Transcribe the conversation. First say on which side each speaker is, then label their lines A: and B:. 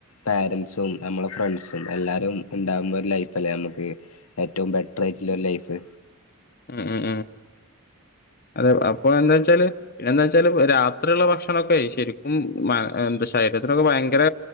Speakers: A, on the left; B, on the left.
A: പാരൻറ്സും നമ്മളെ ഫ്രണ്ട്സും എല്ലാവരും ഉണ്ടാകുന്ന ഒരു ലൈഫ്ല്ലേ നമുക്ക് ഏറ്റവും ബെറ്റർ ആയിട്ടുള്ള ഒരു ലൈഫ്
B: മം ഉം ഉം അതെ അപ്പൊ എന്താ വെച്ചാല് എന്താ വെച്ചാല് രാത്രിയുള്ള ഭക്ഷണൊക്കെ ശരിക്കും എന്താ ശരീരത്തിനൊക്കെ ഭയങ്കര